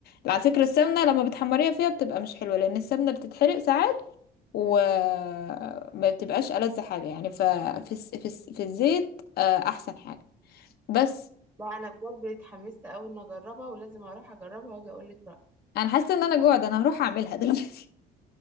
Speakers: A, on the left; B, on the right.
A: على فكره السمنه لما بتحمريها فيها بتبقى مش حلوه لان السمنه بتتحرق ساعات وما بتبقاش ألذ حاجه يعني ففي الس- في الس- في الزيت آه، احسن حاجه بس
B: لا انا بجد اتحمست اوي ان اجربها ولازم اروح اجربها واجي اقول لك رأيي
A: انا حاسه ان انا جوعت انا هروح اعملها دلوقتي